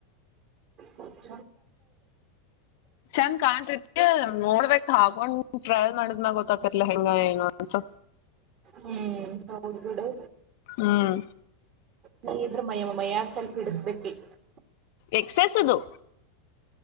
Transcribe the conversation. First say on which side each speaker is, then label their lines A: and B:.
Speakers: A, on the right; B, on the left.
A: ಹ <inaudible>
B: ಚಂದ ಕಾಣ್ತತಿ ನೋಡ್ಬೇಕ್ ತಗೊಂಡ್ ಟ್ರಯಲ್ ಮಾಡಿದ್ನಾಗ ಗೊತ್ತಾಕತ್ಲಾ ಹೆಂಗ ಏನು ಅಂತ
A: ಹ್ಮ್ ಹೌದು ಬಿಡು
B: ಹ್ಮ್
A: ನಿ ಇದ್ರ ಮಯಮ ಮಯ ಬಿಡಿಸ್ಬೇಕಟ್ಟು <unintelligible>
B: ಎಕ್ಸೈಸ್ ಅದು